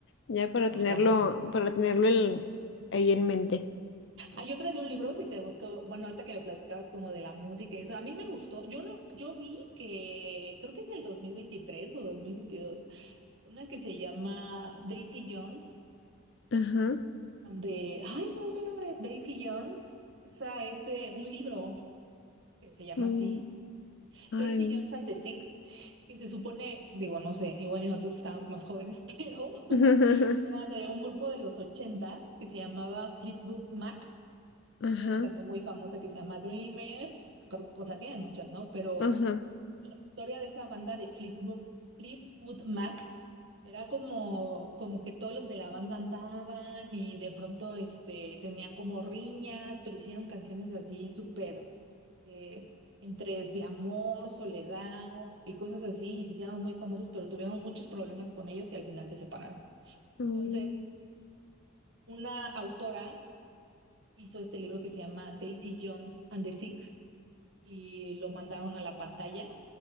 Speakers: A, on the left (about 55°); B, on the right (about 60°).
A: Ya para
B: Ajá.
A: tenerlo, para tenerlo el- ahí en mente.
B: Hay otra de un libro, si te gustó, bueno, ahorita que me platicabas como de la música y eso, a mí me gustó, yo no, yo vi que creo que es el 2023 o 2022, una que se llama Daisy Jones,
A: Ajá.
B: and the- ay, se me fue el nombre, Daisy Jones, esa es eh, un libro que se llama
A: Mm,
B: así,
A: ay,
B: Daisy
A: no.
B: Jones and the Six, que se supone, digo, no sé, igual y nosotros estábamos más jóvenes, <laughs> pero
A: <laughs>
B: era de un grupo de los 80 que se llamaba Fleetwood Mac.
A: Ajá.
B: Tiene una canción muy famosa que se llama Dreamer. creo- O sea, tienen muchas, ¿no? Pero
A: Ajá.
B: la historia de esa banda de Fleetwood, Fleetwood Mac era como, como que todos los de la banda andaban y de pronto este, tenían como riñas, pero hicieron canciones así súper eh, entre de amor, soledad y cosas así. Y se hicieron muy famosos, pero tuvieron muchos problemas con ellos y al final se separaron.
A: Mm,
B: Entonces, una autora hizo este libro que se llama Daisy Jones and the Six y lo mandaron a la pantalla.